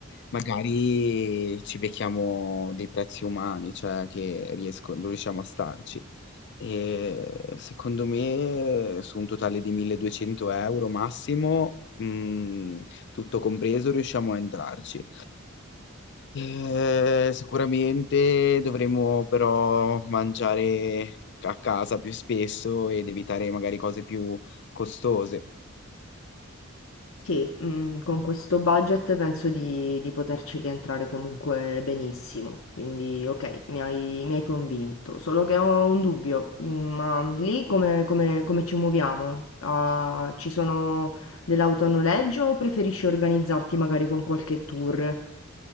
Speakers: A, on the left (about 55°); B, on the left (about 75°).
A: Magari ci becchiamo dei prezzi umani, cioè che riesco- riusciamo a starci. E secondo me su un totale di 1200 euro massimo, mh, tutto compreso, riusciamo a entrarci. Eh, sicuramente dovremo però mangiare a casa più spesso ed evitare magari cose più costose.
B: Sì, mhmm, con questo budget penso di di poterci rientrare comunque benissimo. Quindi okay, mi hai mi hai convinto. Solo che ho un dubbio, mhmm, ma lì come come come ci muoviamo? Ah, ci sono delle auto a noleggio o preferisci organizzarti magari con qualche tour?